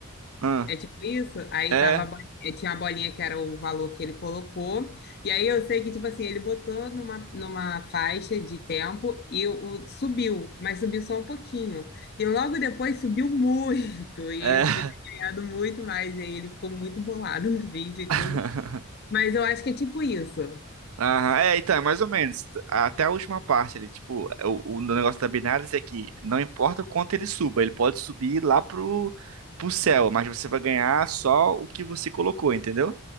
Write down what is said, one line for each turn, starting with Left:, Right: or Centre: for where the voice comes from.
Right: ah,
Left: é tipo isso? Aí
Right: é,
Left: tava a bolinha, tinha a bolinha que era o valor que ele colocou. E aí eu sei que, tipo assim, ele botou numa, numa faixa de tempo e o, subiu, mas subiu só um pouquinho. E logo depois subiu muito. E
Right: é.
Left: ele podia ter ganhado muito mais. E aí ele ficou muito bolado <laughs> no vídeo e
Right: <laughs>
Left: tudo. Mas eu acho que é tipo isso.
Right: Aham, é, então, é mais ou menos. Até a última parte ali, tipo, o, o negócio da binária é que não importa o quanto ele suba, ele pode subir lá pro, pro céu, mas você vai ganhar só o que você colocou, entendeu?